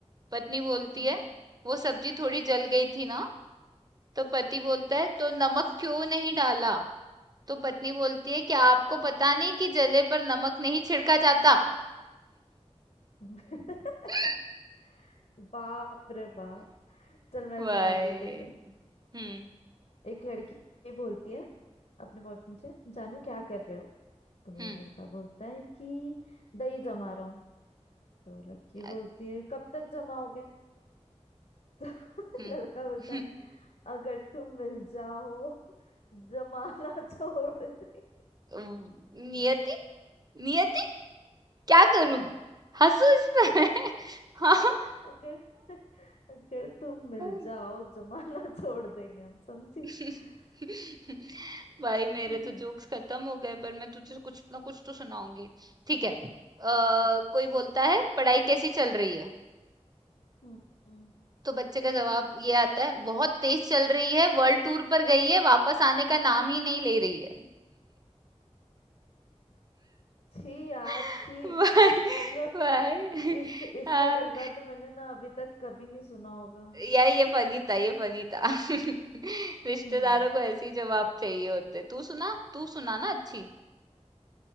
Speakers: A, on the right (about 35°); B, on the left (about 85°).
A: पत्नी बोलती
B: हम्म
A: है वो सब्जी थोड़ी जल गई थी ना तो पति बोलता है तो नमक क्यों नहीं डाला तो पत्नी बोलती है क्या आपको पता नहीं कि जले पर नमक नहीं छिड़का जाता
B: <laughs>
A: <laughs>
B: बाप रे बाप चल मैं
A: भाई
B: सुनाती हूँ तेरे को एक
A: हम्म
B: एक लड़की बोलती है अपने बॉयफ्रेंड से जानू क्या कर रहे हो तो वो
A: हम्म
B: लड़का बोलता है कि दही जमा रहा हूँ तो लड़की बोलती
A: अ-
B: है कब तक जमाओगे तो <laughs>
A: हम्म
B: लड़का बोलता है अगर तुम मिल जाओ जमाना <laughs> छोड़ दे
A: <laughs> नियति नियति क्या करूँ? हँसूँ इस पे मैं? <laughs> हाँ, हाँ,
B: अगर अगर तुम मिल
A: हाँ।
B: जाओ जमाना <laughs> छोड़ देंगे हम समझी
A: <laughs>
B: <clears throat>
A: भाई मेरे
B: हाँ
A: तो जोक्स खत्म हो गए पर मैं तुझे कुछ ना कुछ तो सुनाऊँगी। ठीक है। अ, कोई बोलता है पढ़ाई कैसी चल रही है?
B: हम्म हम्म।
A: तो बच्चे का जवाब ये आता है बहुत तेज चल रही है, वर्ल्ड टूर पर गई है, वापस आने का नाम ही नहीं ले रही है।
B: छी यार
A: <laughs>
B: छी
A: भाई
B: मतलब
A: भाई
B: इस इससे
A: हाँ।
B: गंदा तो मैंने ना अभी तक कभी नहीं सुना होगा
A: यार ये फनी था ये फनी था <laughs> रिश्तेदारों
B: हम्म
A: को ऐसे ही जवाब चाहिए होते तू सुना तू सुना ना अच्छी